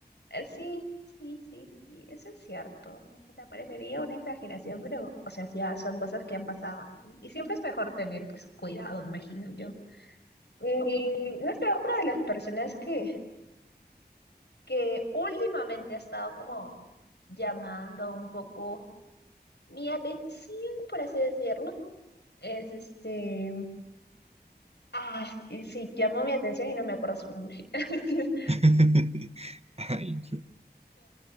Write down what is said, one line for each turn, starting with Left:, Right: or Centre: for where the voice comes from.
Left: sí, sí, sí, sí, eso es cierto. O sea, parecería una exageración, pero, o sea, sí, ah, son cosas que han pasado. Y siempre es mejor tener, pues, cuidado, imagino yo. Y no sé, otra de las personas que, que últimamente ha estado como llamando un poco mi atención, por así decirlo, es este... Ah, y sí, llamó mi atención y no me acuerdo su nombre. <laughs>
Right: <laughs> Ay, no.